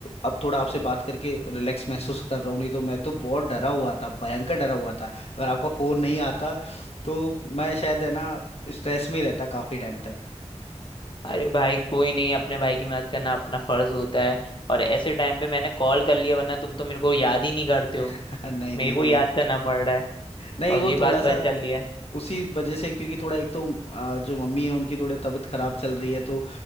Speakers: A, on the left (about 60°); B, on the left (about 45°).
A: अब थोड़ा आपसे बात करके रिलैक्स महसूस कर रहा हूँ नहीं तो मैं तो बहुत डरा हुआ था भयंकर डरा हुआ था अगर आपका फोन नहीं आता तो मैं शायद है ना स्ट्रेस में ही रहता काफी टाइम तक
B: अरे भाई कोई नहीं अपने भाई की मदद करना अपना फर्ज होता है और ऐसे टाइम पे मैंने कॉल कर लिया वरना तुम तो मेरे को याद ही नहीं करते हो
A: <laughs> नहीं
B: मेरे
A: नहीं
B: को
A: नहीं
B: याद करना पड़ रहा है
A: नहीं
B: और
A: वो
B: ये
A: थोड़ा
B: बात
A: सा
B: पता चल रही है
A: उसी वजह से क्योंकि थोड़ा एक तो आ, जो मम्मी है उनकी थोड़ी तबीयत खराब चल रही है तो